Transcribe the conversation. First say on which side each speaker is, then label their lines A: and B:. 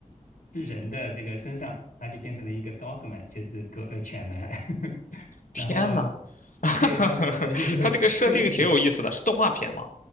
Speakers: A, on the left; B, on the left.
A: 人的这个身上，它就变成了一个 dogman，就是狗呃犬男。<laughs>
B: 天呐，
A: 然后
B: <laughs>
A: 对他们就是有各自有
B: 他这个设定挺有意思的，是动画片吗？